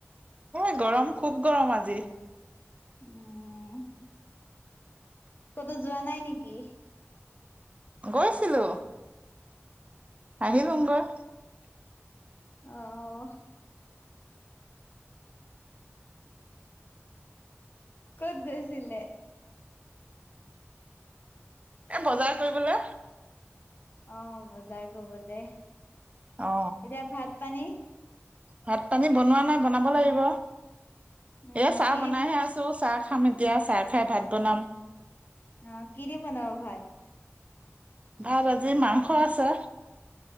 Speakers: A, on the right; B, on the left.
A: অ গৰম খুব গৰম আজি
B: উম ক'তো যোৱা নাই নেকি
A: গৈছিলো আহিলো গৈ
B: আহ ক'ত গৈছিলে
A: এ বজাৰ কৰিবলে
B: অ বজাৰ কৰিব দে এতিয়া
A: অ
B: ভাত পানী
A: ভাত পানী বনোৱা নাই বনাব লাগিব
B: উম
A: এ চাহ
B: কি
A: বনাইহে
B: দি অ
A: আছো চাহ খাম এতিয়া চাহ খাই ভাত বনাম
B: অ কিদি বনাব ভাত
A: ভাত আজি মাংস আছে